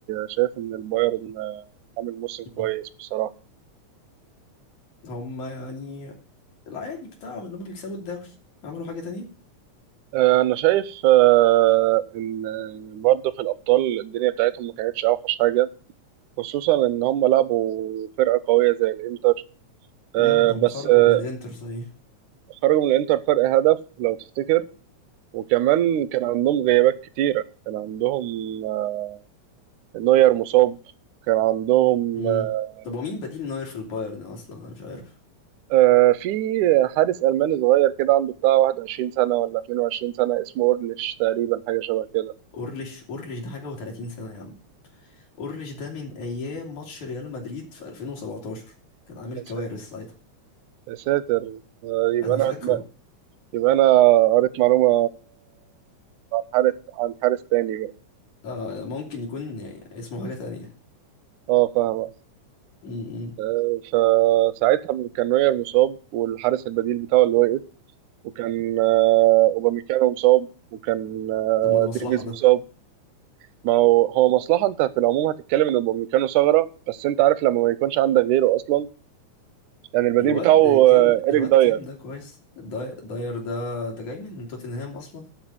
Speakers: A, on the right; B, on the left.
A: شايف ان البايرن أه، عامل موسم كويس
B: مم.
A: بصراحه
B: هما يعني العادي بتاعهم اللي هما بيكسبوا الدوري عملوا حاجة تانية
A: أه، انا شايف أه، ان برضه في الابطال الدنيا بتاعتهم ما كانتش اوحش حاجه خصوصا ان هم لعبوا فرقه قويه زي الانتر أه،
B: امم هما
A: بس
B: خرجوا
A: أه،
B: من الانتر صحيح
A: خرجوا من الانتر فرق هدف لو تفتكر وكمان كان عندهم غيابات كتيره كان عندهم أه، نوير مصاب كان عندهم
B: امم
A: آه،
B: طب ومين بديل نوير في البايرن اصلا انا مش عارف
A: آه، في حارس ألماني صغير كده عنده بتاع 21 سنة ولا 22 سنة اسمه أورليش تقريبا حاجة شبه كده
B: اورليش اورليش ده حاجة و30 سنة يا عم اورليش ده من ايام ماتش ريال مدريد في 2017 كان عامل
A: يا
B: كوارث
A: س-
B: ساعتها
A: يا ساتر آه، يبقى
B: انا
A: أنا
B: فاكره
A: يبقى أنا قريت معلومة عن حارس عن حارس تاني بقى
B: آه ممكن يكون اسمه حاجة تانية
A: اه فاهمة
B: م- م.
A: آه، فساعتها كان نوير مصاب والحارس البديل بتاعه اللي وقف وكان آه، أوباميكانو مصاب وكان آه،
B: طب ما ده مصلحة
A: ديفيز
B: ده
A: مصاب ما هو هو مصلحة انت في العموم هتتكلم ان اوباميكانو ثغرة بس انت عارف لما ما يكونش عندك غيره اصلا يعني البديل
B: الواد
A: بتاعه
B: كيم
A: آه، إريك
B: الواد
A: داير
B: كيم ده كويس داي... داير ده ده جاي من توتنهام أصلا